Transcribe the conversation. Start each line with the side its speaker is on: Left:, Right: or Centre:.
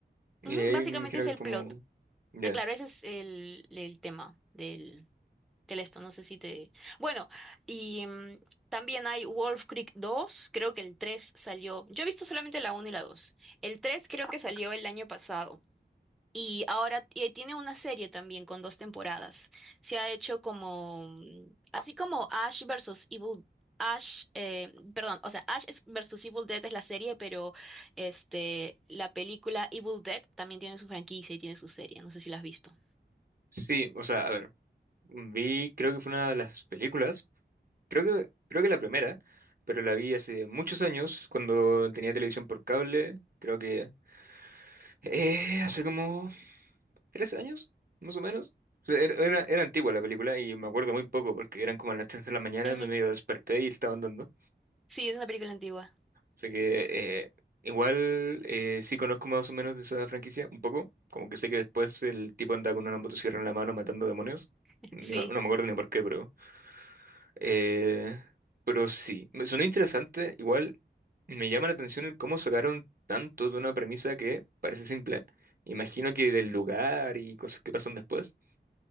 Right: Y
Centre: Ujú,
Right: ahí
Centre: Básicamente
Right: me imagino
Centre: es
Right: que
Centre: el
Right: es como...
Centre: plot.
Right: Ya.
Centre: Ah, Claro, ese es el, el tema del que esto, no sé si te... Bueno, y mm, también hay Wolf Creek dos creo que el 3 salió. Yo he visto solamente la uno y la dos El 3 creo que salió el año pasado. Y ahora y tiene una serie también con dos temporadas. Se ha hecho como... mm, Así como Ash versus Evil... Ash, eh, perdón, o sea, Ash es- versus Evil Dead es la serie, pero este, la película Evil Dead también tiene su franquicia y tiene su serie. No sé si la has visto.
Right: Sí, o sea, a ver, vi, creo que fue una de las películas, creo que, creo que la primera, pero la vi hace muchos años, cuando tenía televisión por cable, creo que eh, hace como tres años, más o menos. O sea, era, era, era antigua la película y me acuerdo muy poco porque eran como a las tres de la mañana,
Centre: Ujú.
Right: me medio desperté y estaban dando
Centre: Sí, es una película antigua.
Right: Así que eh, igual eh, sí conozco más o menos de esa franquicia, un poco. Como que sé que después el tipo anda con una motosierra en la mano matando demonios.
Centre: <laughs>
Right: No,
Centre: Sí.
Right: no me acuerdo ni por qué, pero... eh, pero sí, me sonó interesante. Igual me llama la atención el cómo sacaron tanto de una premisa que parece simple. Imagino que del lugar y cosas que pasan después.